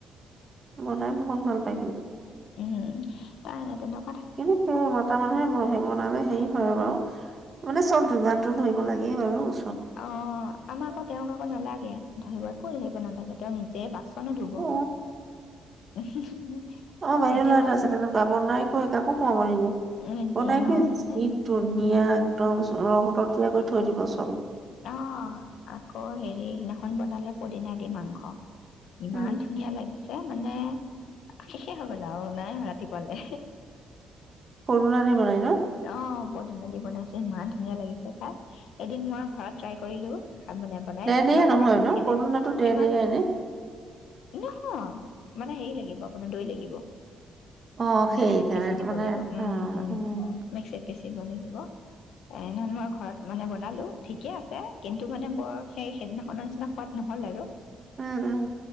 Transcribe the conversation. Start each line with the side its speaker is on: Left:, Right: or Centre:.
Right: বনাই বহুত ভাল পাই সি।
Left: উম তাই নাই তেনেক
Right: এইবোৰ <unintelligible> মতা মানুহে বহে। <unintelligible> মানে হেৰি হয় বাৰু মানে চব যোগানটো ধৰিব লাগেই বাৰু ও
Left: অ, আমাক আকৌ তেওঁক আকৌ নালাগে। ধৰিব একো ধৰিব নালাগে তেওঁ নিজে বা কোনে ধব,
Right: অ
Left: উম্ হু-হু
Right: আমাৰ বাইদেউ
Left: কেতিয়াবা
Right: ল'ৰা এটা আছে
Left: মানে
Right: তেনেকুৱা বনাই কৰি কাকো সোমাব নিদিয়ে।
Left: নিদিয়ে
Right: বনাই কি
Left: অ মানে
Right: যি ধুনীয়া
Left: উম
Right: একদম। <unintelligible> <unintelligible> কৰি থৈ দিবচো
Left: অ, আকৌ হেৰি সিদিনাখন বনালে পদিনা দি মাংস। ইমান
Right: উম।
Left: ধুনীয়া লাগিছে। <unintelligible> মানে শেষে হৈ গল আৰু নাই ৰাতিপুৱালে।
Right: পদুনা দি বনাই ন?
Left: অ। পদিনা দি বনাইছে ইমান ধুনীয়া লাগিছে খাই, এদিন মই ঘৰত ট্ৰাই কৰিলোঁ। খাবলৈ বনাই
Right: দেৰদেৰীয়া
Left: সিমান
Right: নহয়
Left: সোৱাদ নুঠিলে
Right: ন? পদুনাটো দেৰদেৰীয়াই
Left: সিমান
Right: নে?
Left: নহয় মানে হেৰি লাগিব আপোনাৰ দৈ লাগিব।
Right: অ, সেইকাৰণে
Left: মিক্সিত পিচি দিব
Right: মানে
Left: লাগিব উম,
Right: অ
Left: উম,
Right: উম্।
Left: <unintelligible> লাগিব। এ <unintelligible> ঘৰত। মানে বনালো ঠিকে আছে কিন্তু মানে বৰ সেই সেইদিনাখনৰ নিচিনা সোৱাদ নহল আৰু
Right: উম-উম।